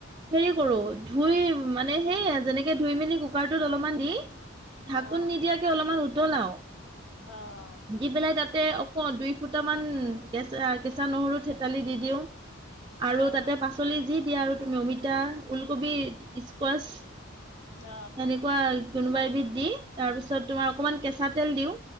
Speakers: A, on the right (about 20°); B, on the left (about 80°).
A: হেৰি কৰো ধুই মানে সেইয়া যেনেকে ধুই মেলি কুকাৰটোত অলপমান দি ঢাকোন
B: অ',
A: নিদিয়াকে অলপমান উতলাও।
B: অ।
A: শিকি পেলাই তাতে অক দুই ফুটামান কেঁচা কেঁচা নহৰু থেতালি দি দিওঁ। আৰু
B: অ',
A: তাতে পাচলি যি দিয়া আৰু তুমি অমিতা, ওলকবি। স্কোৱাচ। সেনেকুৱা
B: অ',
A: কোনোবা এবিধ দি তাৰপিছত তোমাৰ অকমান কেঁচা তেল দিওঁ।